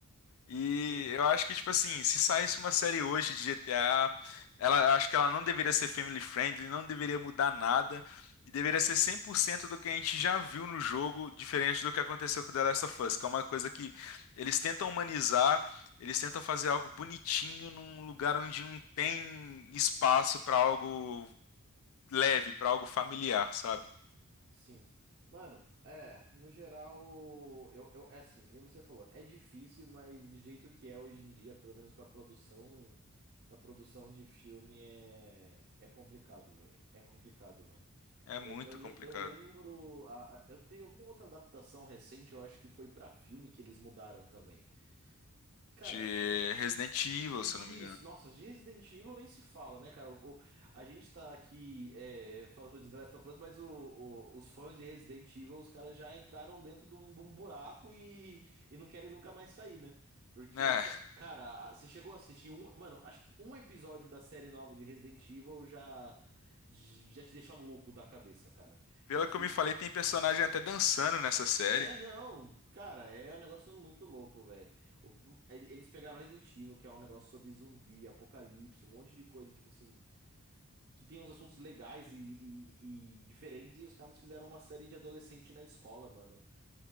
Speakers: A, on the left; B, on the right.
A: E
B: Sim,
A: eu acho que, tipo assim, se saísse uma série hoje de GTA, ela acho que ela não deveria ser family friendly, não deveria mudar nada, e deveria ser 100% do que a gente já viu no jogo, diferente do que aconteceu com The Last of Us, que é uma coisa que eles tentam humanizar, eles tentam fazer algo bonitinho num lugar onde não tem espaço pra algo leve, pra algo familiar, sabe?
B: sim. Mano, é, no geral, eu, eu, é assim, que nem você falou, é difícil, mas do jeito que é hoje em dia, pelo menos pra produção, pra produção de filme, é, é complicado, velho. É complicado, mano.
A: É
B: É,
A: muito
B: Eu, le-
A: complicado.
B: eu lembro. a- a- eu teve alguma outra adaptação recente, eu acho que foi pra filme que eles mudaram também. Cara,
A: De Resident Evil,
B: isso.
A: se eu não me engano.
B: Nossa, de Resident Evil nem se fala, né, cara? O- o- a gente tá aqui é, falando de The Last of Us, mas o- o- os fãs de Resident Evil, os caras já entraram dentro de um, de um buraco e, e não querem nunca mais sair, né? Porque,
A: É.
B: ca- cara, a- você chegou a assistir um. Mano, acho que um episódio da série nova de Resident Evil já. Já te deixa louco da cabeça, cara.
A: Pelo
B: Eles,
A: que
B: fi-
A: eu me falei, tem personagem até dançando nessa série.
B: É, não, cara, é um negócio muito louco, velho. Eles pegaram Resident Evil, que é um negócio sobre zumbi, apocalipse, um monte de coisa, tipo assim, que tem uns assuntos legais e, e- e diferentes, e os caras fizeram uma série de adolescente na escola, mano.